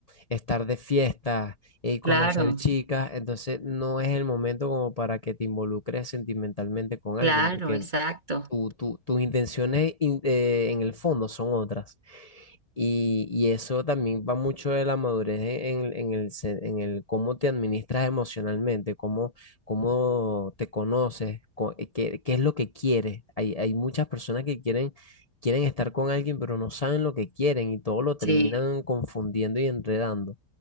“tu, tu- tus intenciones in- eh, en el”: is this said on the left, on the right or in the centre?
Left